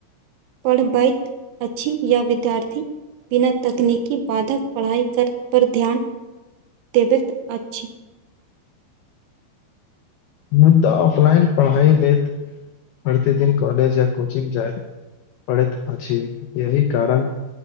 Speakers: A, on the right; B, on the left.
A: पढ़बैत अछि या विद्यार्थी बिना तकनीकी बाधक पढ़ाई कर पर ध्यान देबैत अछि।
B: मुदा ऑफलाइन पढ़ाइ लैत प्रति दिन कॉलेज या कोचिंग जायत पड़ैत अछि यही कारण